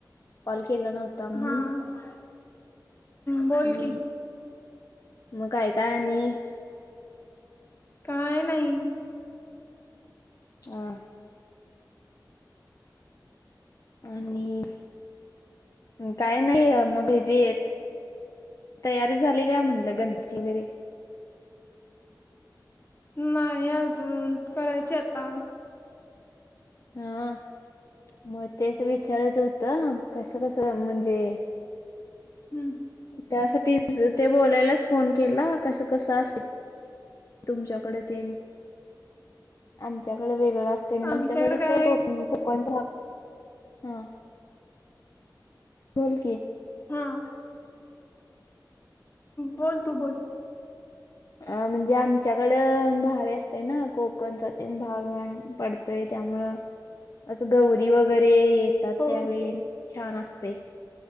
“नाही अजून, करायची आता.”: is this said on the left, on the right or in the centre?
Left